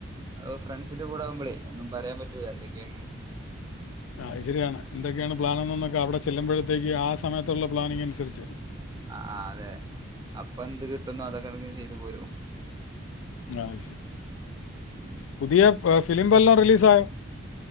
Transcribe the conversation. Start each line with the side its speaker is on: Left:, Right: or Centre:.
Right: അഹ്‌ ഫ്രണ്ട്സിന്റെ കൂടെ ആവുമ്പളെ ഒന്നു പറയാൻ പറ്റൂല എന്തൊക്കെണ്ന്ന്
Left: അഹ്‌ ശരിയാണ് എന്തൊക്കെണ് പ്ലാനന്നെന്നൊക്കെ
Right: ഉം
Left: അവിടെ ചെല്ലുമ്പഴത്തേക്ക് ആഹ് സമയത്തുള്ള പ്ലാനിങ്ങ് അനുസരിച്ചായിരിക്കും
Right: ആഹ് അതെ അപ്പൊ എന്ത് കിട്ടുന്നൊ അതൊക്കെ എടക്ക് ചെയ്തു പോരും
Left: ആഹ് ശരി
Right: ഉം
Left: പുതിയ ഫിലിം വല്ലോം റിലീസായോ